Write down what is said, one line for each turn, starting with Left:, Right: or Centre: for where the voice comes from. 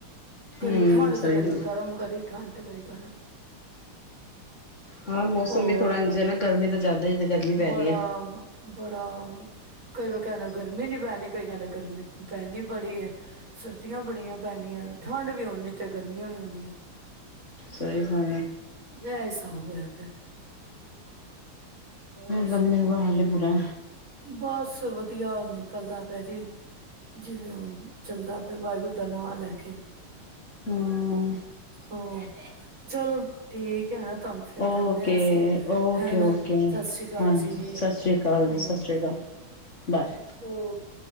Right: ਕਦੀ
Left: ਹਮ
Right: ਠੰਡ
Left: ਸਹੀ
Right: ਤੇ, ਕਦੀ
Left: ਗੱਲ
Right: ਗਰਮ ਤੇ ਕਦੀ ਠੰਡ ਕਦੇ ਗਰਮ।
Left: ਹਾਂ ਮੌਸਮ
Right: ਹੋਰ
Left: ਵੀ ਥੋੜਾ ਇੰਝ ਏ ਨਾ, ਗਰਮੀ ਦਾ ਜ਼ਿਆਦਾ ਈ ਗਰਮੀ ਪੈ
Right: ਬੜਾ
Left: ਰਹੀ ਐ।
Right: ਬੜਾ ਕਈ ਕਹਿਦੇ ਗਰਮੀ ਨੀ ਪੈਨੀ, ਕਈ ਕਹਿਦੇ ਗਰਮੀ ਪੈਦੀ ਬੜੀ ਏ ਸਰਦੀਆਂ ਬੜੀਆਂ ਪੈਦੀਆਂ। ਠੰਡ ਵੀ ਉਨੀਆ ਤੇ, ਗਰਮੀਆਂ ਵੀ ਉਨੀਆ।
Left: ਸਹੀ
Right: <inaudible>
Left: ਗੱਲ
Right: ਤਾ ਹੋਇਆ ਪਿਆ ਹੋਰ
Left: ਗਰਮੀ ਦਾ ਹਾਲੇ ਬੁਰਾ
Right: ਬਸ ਵਧੀਆ ਨਿਕਲਦਾ ਪਿਆ ਜੀ, ਜਿਵੇਂ ਹੁਨ ਚੱਲਦਾ ਪਿਆ ਵਾਹਿਗੁਰੂ ਦਾ, ਨਾਂ ਲੈ, ਕੇ।
Left: ਹਮ
Right: ਹੰ, ਚਲੋ ਠੀਕ ਹੈ, ਨਾ ਤੁਹਾਨੂੰ ਫੇਰ
Left: ਓਕੇ-ਓਕੇ
Right: ਕਰਨੇ ਆ ਅਸੀਂ ਹੈਨਾ
Left: ਓਕੇ,
Right: ਸਤਿ ਸ੍ਰੀ ਅਕਾਲ
Left: ਹਾਂਜੀ।
Right: ਜੀ
Left: ਸਤਿ ਸ਼੍ਰੀ ਅਕਾਲ
Right: ਓਕੇ
Left: ਜੀ। ਸਤਿ ਸ਼੍ਰੀ ਅਕਾਲ ਬਾਏ
Right: ਓਕੇ